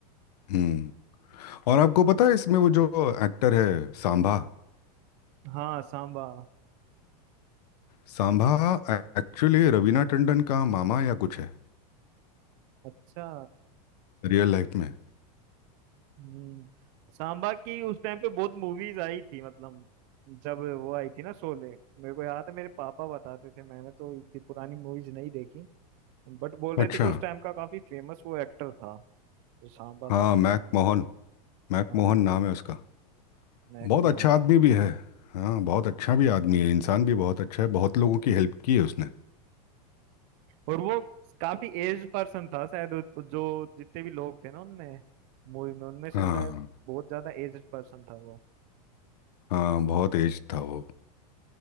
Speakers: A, on the left; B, on the right.
A: हम्म और आपको पता है इसमें वो जो एक्टर है सांभा
B: हाँ सांबा
A: सांभा एक्चुअली रवीना टंडन का मामा या कुछ है
B: अच्छा
A: रियल लाइफ में
B: हम्म, सांबा की उस टाइम पे बहुत मूवीज आई थी मतलब जब वो आई थी ना शोले मेरे को याद है मेरे पापा बताते थे मैंने तो इतनी पुरानी मूवीज नहीं देखी बट बोल
A: अच्छा
B: रहे थे कि उस टाइम का काफी फेमस वो एक्टर था जो सांबा
A: हाँ
B: था उस
A: मैक मोहन मैक
B: हाँ
A: मोहन नाम है उसका
B: मैक
A: बहुत अच्छा
B: मोहन
A: आदमी भी है हाँ बहुत अच्छा भी आदमी है इंसान भी बहुत अच्छा है बहुत लोगों की हेल्प की है उसने
B: और वो काफी एज पर्सन था शायद उस- जो जितने भी लोग थे ना उनमें मूवी में उनमें से
A: हाँ
B: शायद बहुत ज्यादा एज पर्सन था वो
A: हाँ बहुत एज था वो